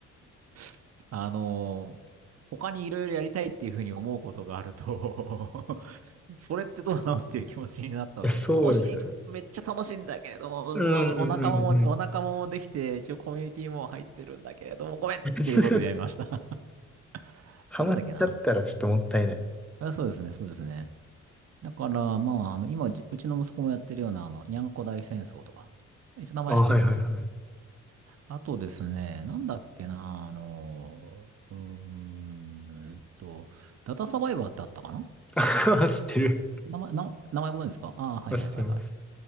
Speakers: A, on the right; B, in the centre.
A: <laughs> あのー他にいろいろやりたいっていうふうに思うことがあると <laughs> それってどうなのっていう気持ちになったんだよ。
B: いや、そうですね。
A: 楽しい、めっちゃ楽しいんだけれども、
B: うんうんうん
A: なお仲間も、お仲間もできて、一応コミュニティも入ってるんだけれども、ごめんっていうことでやめました。
B: うん。<laughs>
A: <laughs>
B: ハマっちゃったらちょっともったいない。
A: なんだっけな。あ、そうですね、そうですね。だから、まあ、あの、今、じうちの息子もやってるような、あの、にゃんこ大戦争とか、一応名前知ってると思う
B: あ、はいはいはい。
A: あとですね、なんだっけな、あの、うーんと、ダタサバイバーってあったかな
B: <laughs> あ知ってる。
A: 名前、名前名前ご存知ですかああー、はいはいはいはい。
B: 知ってます。